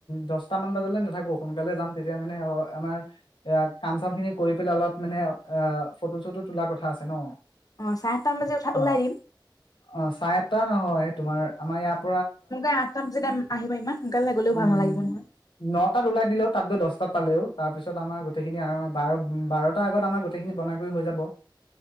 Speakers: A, on the left (about 80°); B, on the left (about 50°).
A: দচ। টামান বজালে নাথাকো সোনকালে যাম তেতিয়া মানে অ আমাৰ এ কাম চাম খিনি কৰি পেলাই অলপ মানে অ ফটো চটো তোলাৰ কথা আছে ন।
B: অ', চাৰে আঠটামান বাজি উঠা
A: অ
B: ওলাই দিম।
A: অ চায় আতটা নহয়। তোমাৰ আমাৰ ইয়াত।
B: সোনকে আঠটা বজাত আহিবা ইমান সোনকালে গ'লেও
A: উম
B: ভাল নালাগিব নহয়।
A: নটাত ওলাই দিলেও তাত গৈ দহটাত পালেও তাৰপিছত আমাৰ গোটেইখিনি বাৰ বাৰটাাৰ আগত আমাৰ গোটেইখিনি বনাই কৰি হৈ যাব।